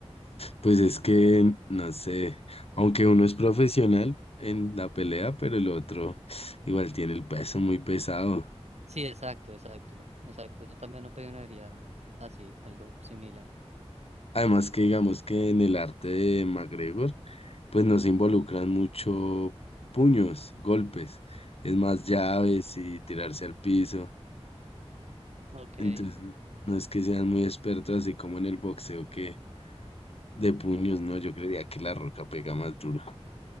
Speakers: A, on the left (about 60°); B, on the right (about 75°).
A: Pues es que, no sé. Aunque uno es profesional en la pelea, pero el otro igual tiene el peso muy pesado.
B: Sí, exacto, exacto, exacto. Yo también opinaría así, algo similar.
A: Además que digamos que en el arte de McGregor, pues no se involucran mucho puños, golpes. Es más llaves y tirarse al piso.
B: Ok,
A: Entonces, no es que sean muy expertos así como en el boxeo que de puños, no, yo creería que la roca pega más duro.